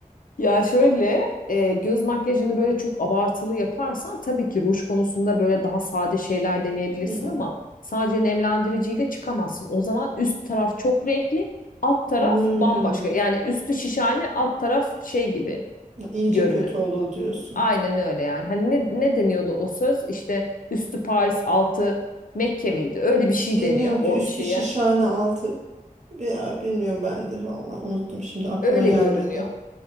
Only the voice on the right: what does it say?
Hmm.
Hmm.
iyice
kötü olur diyorsun.
Bilmiyorum
ki üstü
şişhane altı Ya bilmiyorum ben de valla unuttum şimdi aklıma
gelmedi.